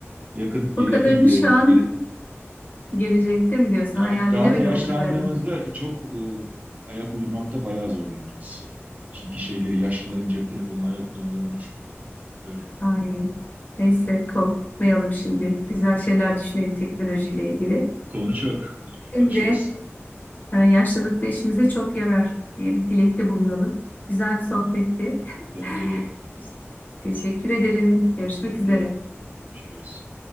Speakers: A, on the right; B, on the left.
A: Yakın yakın
B: o kadarını
A: gele,
B: şu an
A: gele
B: gelecekte mi diyorsun?
A: ya
B: Hayal
A: biz daha
B: edemedim
A: da yaşlandığımızda
B: o kadarını.
A: çok e, ayak uydurmakta bayağı zorlanacağız. Şimdiki şeyleri yaşlıların cep telefonuna ayak uydurmalarını düşün. Öyle.
B: Ay neyse korkmayalım şimdi. Güzel şeyler düşünelim teknolojiyle ilgili.
A: Konu çok. İyi
B: Şimdi
A: konuşuruz.
B: e, yaşlılıkta işimize çok yarar diye bir dilekte bulunalım. Güzel bir sohbetti.
A: Umarım. Bence
B: <laughs>
A: de.
B: Teşekkür ederim. Görüşmek
A: Ben
B: üzere.
A: de görüşürüz.